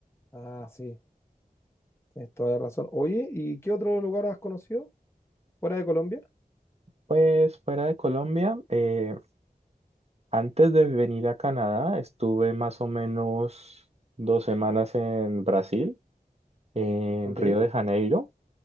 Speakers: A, on the left; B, on the right.
A: Ah, sí, tienes toda la razón. Oye, ¿y qué otro lugar has conocido fuera de Colombia?
B: Pues fuera de Colombia, eh, antes de venir a Canadá estuve más o menos dos semanas en Brasil, en
A: Ok,
B: Río de Janeiro,